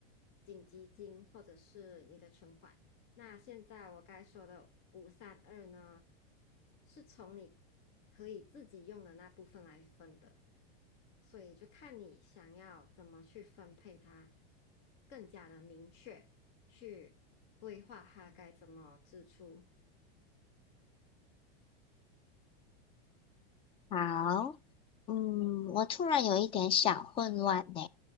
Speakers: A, on the left; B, on the left.
A: 紧急金或者是你的存款。那现在我该说的五三二呢，是从你可以自己用的那部分来分的。所以就看你想要怎么去分配它，更加的明确去规划它该怎么支出。
B: 好，嗯，我突然有一点小混乱呢。